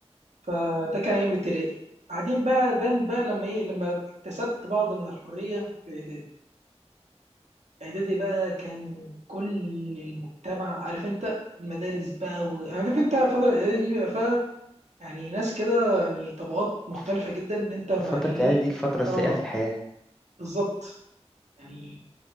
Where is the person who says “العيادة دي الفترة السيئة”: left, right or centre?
Centre